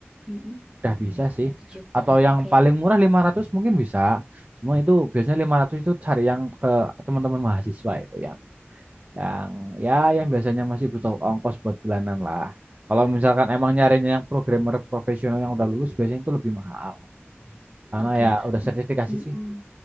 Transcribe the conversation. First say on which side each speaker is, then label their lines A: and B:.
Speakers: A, on the right; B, on the right.
A: mm mm
B: udah bisa sih.
A: Satu juta,
B: Atau yang
A: oke.
B: paling murah 500 mungkin bisa. Cuma itu biasanya 500 itu cari yang ke teman-teman mahasiswa itu ya yang ya yang biasanya masih butuh ongkos buat bulanan lah. Kalau misalkan emang nyarinya yang programmer profesional yang udah lulus biasanya itu lebih mahal karena
A: Oke.
B: ya udah sertifikasi
A: N- mm-mm.
B: sih.